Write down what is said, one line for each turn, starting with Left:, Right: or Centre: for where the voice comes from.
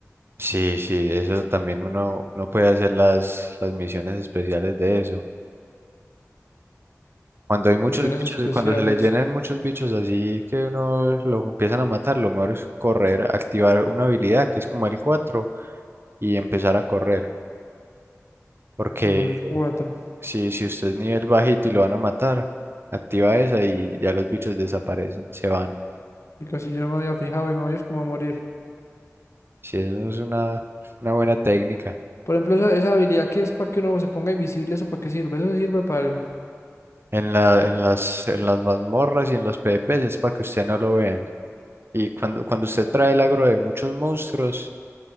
Right: Sí, sí, eso también uno, uno puede hacer las, las misiones especiales de eso. Cuando hay muchos
Left: Misiones
Right: bichos,
Left: especiales,
Right: cuando se le llenen muchos bichos así que uno lo empiezan a matar, lo mejor es correr, activar una habilidad que es como el 4 y empezar a correr. Porque
Left: nivel 4.
Right: si, si usted es nivel bajito y lo van a matar, activa esa y ya los bichos desaparecen, se van.
Left: Y casi yo no me había fijado y me voy es como a morir.
Right: Si eso es una, una buena técnica.
Left: Por ejemplo, esa, esa habilidad que es para que uno se ponga invisible, ¿eso para qué sirve? Eso sirve para algo.
Right: En la, en las, en las mazmorras y en los PvPs es para que usted no lo vean. Y cuando, cuando usted trae el agro de muchos monstruos,